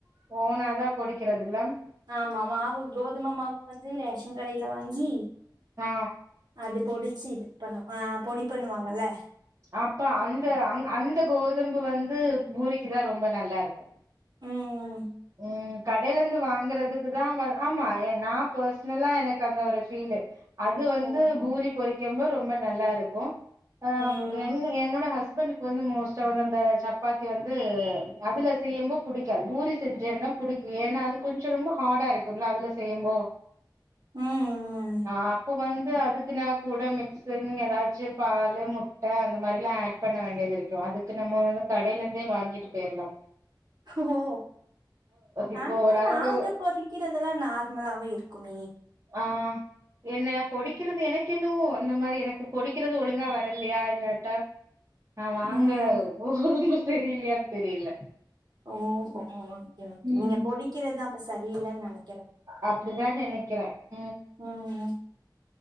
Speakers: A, on the right; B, on the right.
A: ஓனா தாப் பொடிக்கிறது எல்லாம்
B: ஆமா ஆமா மாவும் கோதுமை மாவு வந்து ரேஷன் கடையில வாங்கி
A: மே
B: அது பொடிச்சு இது பண்ணுவ ஆ பொடி பண்ணுவாங்கல
A: அப்பா அந்த அங் அந்த கோதும்பு வந்து பூரிக்கி தா ரொம்ப நல்லா இருக்கு
B: ம் ஹும்
A: ம் கடையில இருந்து வாங்குறது அதுதா வந் ஆமா ஏ நா பெர்ஸ்னலா எனக்கு அந்த ஒரு பீலு அது வந்து
B: ஓஹோ
A: பூரி பொறிக் கெம்ப ரொம்ப நல்லா இருக்கு ஆம்
B: ம்
A: என் என்னோட ஹஸ்ப ட்டுனுக்கு வந்து மோஸ்டா வந்து அந்த சப்பாத்தி வந்து அதுல செய்யும் போத் புடிக்காது பூரி செஞ்சேன்னா புடிக்கு ஏன்னா அது கொஞ்சோ ரொம்ப ஹாடா இருக்குல்ல அதுல செய்யம்போ
B: ம் ம்
A: ஆ அப்ப வந்து அதுக்கு நா கூட மிக்சிங் எதாச்சு பாலு முட்ட அந்த மாரிலா ஆட் பண்ண வேண்டியது இருக்கு அதுக் கு நம்ம வந்து கடைலெந்தே வாங்கிட்டு போயிற்லா
B: ஓ
A: இப்போ
B: அந் மார்
A: ஓரளவுடு
B: நாங்க பொறிக்கிறதெல்லா நார்மலாவே இருக்கும
A: ஆ என்ன பொடிக்கிறது எனக்கென்னவோ அந்த மாரி எனக்கு பொடிக்கிறது ஒழுங்கா வரலையா இல்லாட்டா நா வாங்குற
B: ம்
A: கோதும செரியில்லையான் தெரியல.
B: ஓஹோ ஓகே ஓகே
A: ம்
B: நீங்க பொடிக்கிறத்தா அப்ப சரியில்லன் நனை
A: அப்பிடிதா நெனைக்கிறன் ம்
B: ம்